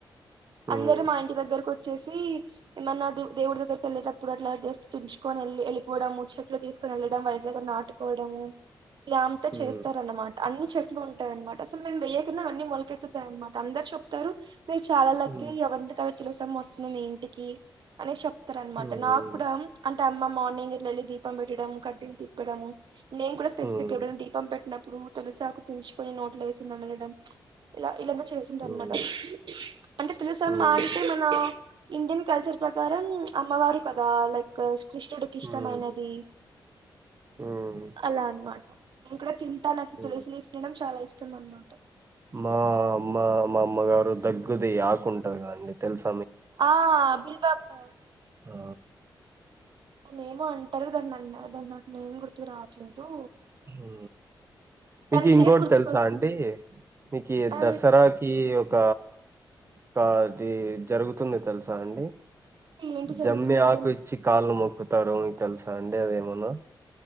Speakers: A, on the right (about 35°); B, on the right (about 70°).
A: హ్మ్.
B: అందరు మా ఇంటి దగ్గరకు వచ్చేసి ఏమన్నా ద్ దేవుడి దగ్గరికి వెళ్ళేటప్పుడు అట్లా జస్ట్ తుంచుకొని వెళ్ వెళ్ళిపోవడము, చెట్లు తీసుకొని వెళ్ళడం, వాళ్ ఇంటి దగ్గర నాటుకోవడము ఈగా అంత
A: హ్మ్.
B: చేస్తార్ అన్నమాట అన్ని చెట్లు ఉంటాయి అనమాట అసలు మేము వెయ్యకున్నా అన్ని మొలకెత్తుతాయి అనమాట అందరు చెప్తారు. మీరు చాల లక్కీ
A: హ్మ్.
B: అవంత కవి తులుసమ్మ వస్తుంది. మీ ఇంటికి అనేస్ చెప్ ఇస్తార అనమాట
A: హ్మ్. అవును.
B: నాకు కూడా అంటే అమ్మ మార్నింగ్ ఎట్ల ఏళ్ళి దీపం పెట్టడము, కడ్డీలు తిప్పడము నేను కూడా స్పెసిఫక్
A: హ్మ్.
B: ఎప్పుడన్నా దీపం పెట్ చిన్నప్పుడు తులిసాకు తుంచుకొని నోట్లు ఏసి నమాలడం చ్ ఇల ఏలేదించి
A: హ్మ్.
B: అంటే తులసమ్మనితే
A: హ్మ్.
B: మన ఇండియన్ కల్చర్ ప్రకారం అమ్మవారు కదా లైక్ కృష్ణుడికి ఇష్టమైనది
A: హ్మ్. హ్మ్.
B: అలా అనమాట నేను కూడా తన్ తనకు
A: హ్మ్.
B: తులసి తినడం చాలా ఇష్టం అనమాట
A: మా అమ్మ మా అమ్మగారు దగ్గుది ఆకుంటది కండి తెలుసు
B: ఆ బిల్వప్
A: ఆ
B: దనే ఏమో అంటరు దాన్నిన్న దాన్నినన్ నాకు నేమ్ గుర్తుకు రావట్లేదు.
A: హలో మీకు
B: దాని
A: ఇంకోటి
B: షేప్ గుర్తుకొస్తుంది
A: తెలుసా అండి? మీకు
B: ఆ
A: దసరాకి ఓక్ కా చి కి జరుగుతుంది తెలుసా అండి
B: ఏంటి జరుగుతుంది
A: జమ్మి ఆకు
B: దాని
A: ఇచ్చి కాళ్ళ మొక్కుతారుకు తెలుసా అండి అదేమనా